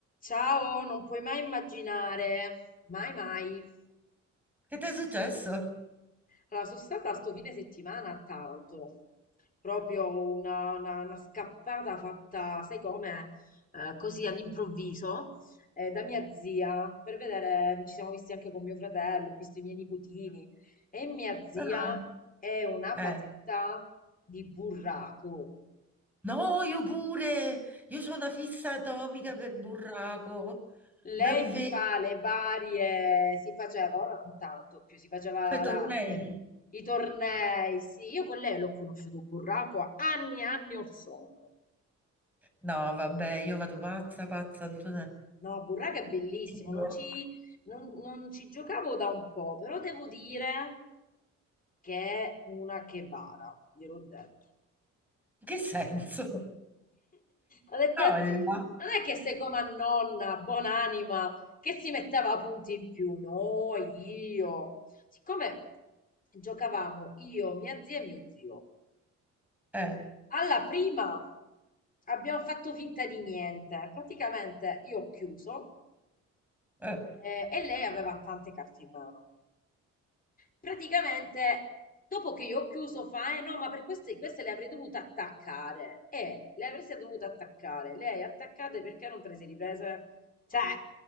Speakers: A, on the left (about 30°); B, in the centre.
A: Ciao, non puoi mai immaginare, mai mai.
B: Che ti è successo?
A: Allora, sono stata sto fine settimana a Taranto, proprio una, una- una scappata fatta, sai come, Eh, così all'improvviso, eh, da mia zia, per vedere, ci siamo visti anche con mio fratello, ho visto i miei nipotini, e mia zia
B: Ah,
A: è una
B: Eh,
A: patita di burraco.
B: no, io pure, io ho una fissa atomica
A: <laughs>
B: per burraco,
A: Lei
B: davvero,
A: si fa le varie, si faceva, ora non tanto più, si faceva
B: fai tornei?
A: la- la- le- i tornei, sì, io con lei l'ho conosciuto Burraco a anni e anni or sono.
B: No, vabbè, io vado pazza, pazza, Antonella.
A: No, Burraco è bellissimo,
B: Io?
A: non ci, non- non ci giocavo da un po', però devo dire che è una chebara, gliel'ho detto.
B: In che senso?
A: Ho detto
B: Olla.
A: a zio, non è che sei come a nonna, buon'anima, che si metteva a punti in più. No, io. Siccome giocavamo io, mia zia e mio zio,
B: Eh,
A: alla prima abbiamo fatto finta di niente. Praticamente io ho chiuso
B: eh,
A: eh, e lei aveva tante carte in mano. Praticamente, dopo che io ho chiuso, fa, eh no, ma per queste, queste le avrei dovute attaccare. E le avresti dovute attaccare. Lei attaccate perché non te le sei riprese? Cioè,